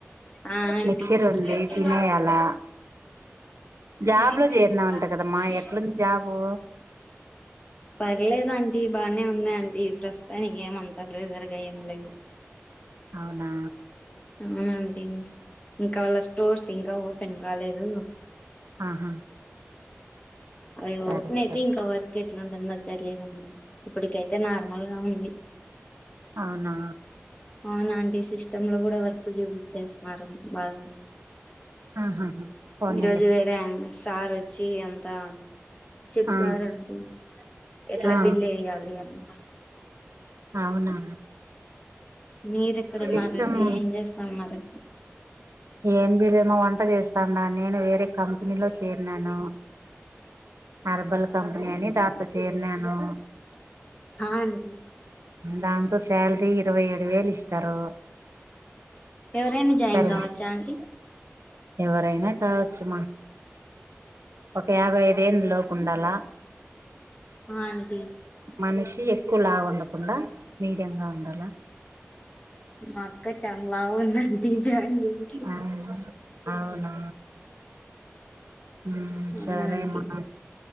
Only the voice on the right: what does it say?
మిక్చర్ ఉంది తినేయాలా
జాబ్
లో చేరినావంట కదమ్మా ఎట్లుంది జాబు
అవునా
ఆహా
సరే సరే
అవునా
ఆహా పోనీలే
ఆ
ఆ
అవునా
సిస్టమ్
ఏం చేయలేమో వంట చేస్తాండా నేను వేరే కంపెనీలో చేరినాను హర్బల్ కంపెనీ అని దాలో చేరినాను
దాంతో శాలరీ ఇరవై ఏడు వేలు ఇస్తారు
సరే
ఎవరైనా కావచ్చుమ ఒక యాభై ఐదేళ్ళ లోపు ఉండాలా
మనిషి ఎక్కువ లావు ఉండకుండా మీడియగా ఉండాల
ఆ అవునా మ్
సరే
మ